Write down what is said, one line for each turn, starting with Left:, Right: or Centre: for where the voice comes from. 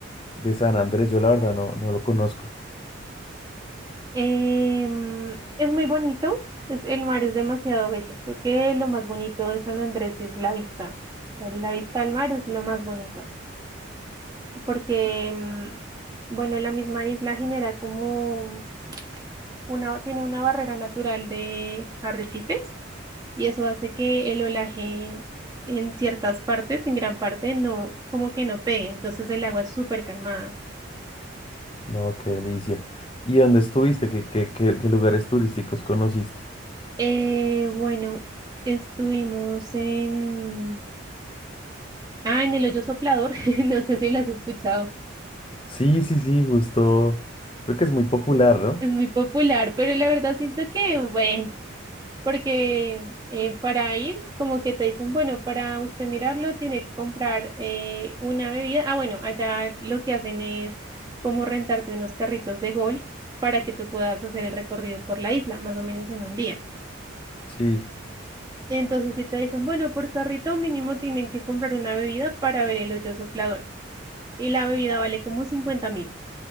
Left: de San Andrés, yo la verdad no, no lo conozco.
Right: Em, es muy bonito, es, el mar es demasiado bello. Creo que lo más bonito de San Andrés es la vista. O sea, la vista al mar es lo más bonito, porque, em, bueno, la misma isla genera como una, tiene una barrera natural de arrecifes y eso hace que el olaje en ciertas partes, en gran parte, no, como que no pegue. Entonces el agua es súper calmada.
Left: No, qué delicia. ¿Y dónde estuviste? ¿Qué, qué, qué, qué lugares turísticos conociste?
Right: Eh, bueno, estuvimos en... Ah, en el hoyo soplador, <laughs> no sé si lo has escuchado.
Left: Sí, sí, sí, justo. Creo que es muy popular, ¿no?
Right: Es muy popular, pero la verdad siento que, bueno. porque eh, para ir, como que te dicen, bueno, para usted mirarlo tiene que comprar eh, una bebida. Ah, bueno, allá lo que hacen es como rentarte unos carritos de golf para que tú puedas hacer el recorrido por la isla, más o menos en un día.
Left: Sí.
Right: Entonces, si te dicen, bueno, por carrito mínimo tienen que comprar una bebida para ver el hoyo soplador. Y la bebida vale como cincuenta mil.